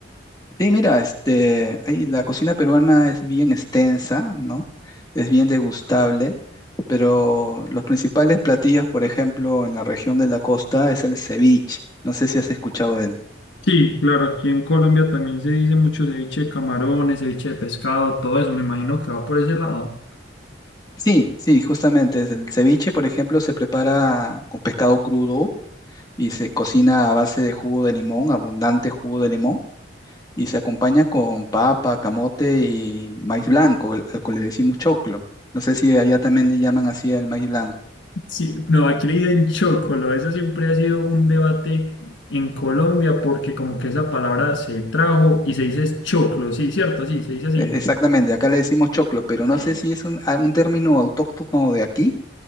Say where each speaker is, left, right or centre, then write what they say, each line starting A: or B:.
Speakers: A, on the left; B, on the left.
A: Sí, mira, este, ahí la cocina peruana es bien extensa, ¿no? Es bien degustable, pero los principales platillos, por ejemplo, en la región de la costa es el ceviche. No sé si has escuchado de él.
B: Sí, claro, aquí en Colombia también se dice mucho ceviche de camarones, ceviche de pescado, todo eso, me imagino que va por ese lado.
A: Sí, sí, justamente. es El ceviche, por ejemplo, se prepara con pescado crudo y se cocina a base de jugo de limón, abundante jugo de limón y se acompaña con papa, camote y maíz blanco, el- al que le decimos choclo. No sé si allá también le llaman así al maíz blanco.
B: Sí, no, aquí le dicen chocolo. Eso siempre ha sido un debate en Colombia porque como que esa palabra se trajo y se dice es choclo, sí, cierto, sí, se dice así.
A: E- Exactamente, acá le decimos choclo, pero no
B: Eh,
A: sé si es un, a- un término autóctono de aquí